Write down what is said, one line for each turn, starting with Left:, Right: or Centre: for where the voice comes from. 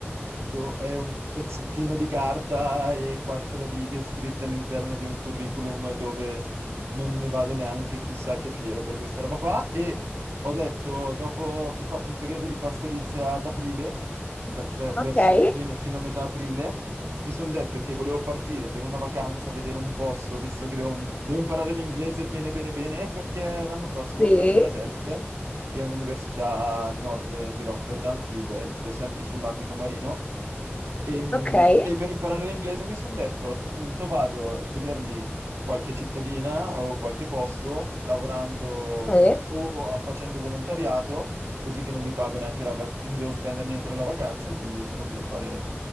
Right: Boh, È un pezzettino di carta e quattro righe scritte all'interno di un curriculum dove non ne vado neanche chissà che fiero per questa roba qua. E ho detto, dopo che ho fatto un periodo di pastorizia ad aprile, beh, fe-
Left: Okay,
Right: verso fine- fino a metà aprile, mi sono detto che volevo partire per una vacanza, vedere un posto, visto che devo, devo imparare l'inglese bene bene bene, perché l'anno prossimo
Left: sì,
Right: vorrei andare a Delft che è un'università a nord di Rotterdam, TU Delft, sempre sull'ambito marino. E, mh,
Left: okay,
Right: e per imparare l'inglese mi sono detto a questo punto vado a vedermi qualche cittadina o qualche posto lavorando
Left: sì.
Right: o facendo volontariato, così che non mi pago neanche la vacanza, non devo spendere niente nella vacanza e quindi sono qui a fare